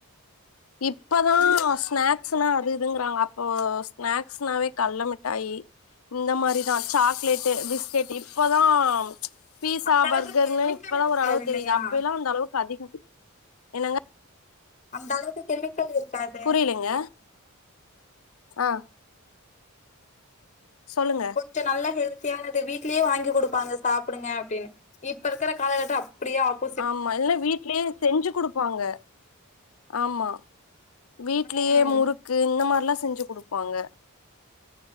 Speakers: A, on the left; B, on the left.
A: இப்பதா ஸ்நாக்ஸ்ன்னா அது இதுங்கறாங்க அப்போ ஸ்நாக்ஸ்னாவே கல்ல மிட்டாயி இந்த மாரிதா சாக்லேட்டு பிஸ்கெட் இப்பதா பீஸா
B: அந்த அளவுக்கு
A: பர்கருன்னு
B: கெமிக்கல்
A: இப்பதா
B: இருக்காது
A: ஒரு அளவு
B: இல்லையா
A: தெரியுது அப்பயெல்லா அந்த அளவுக்கு அதிக என்னங்க
B: அந்தளவுக்கு கெமிக்கள் இருக்காது
A: புரியலிங்க ஆ சொல்லுங்க
B: கொஞ்ச நல்ல ஹெல்த்தியானது வீட்லயே வாங்கி குடுப்பாங்க சாப்புடுங்க அப்டின்னு இப்ப இருக்கிற காலகட்டம் அப்புடியோ ஆப்
A: ஆமா இல்லா வீட்லயே செஞ்சு குடுப்பாங்க ஆமா வீட்லயே
B: ம்
A: முறுக்கு இந்த மாரில்லா செஞ்சு குடுப்பாங்க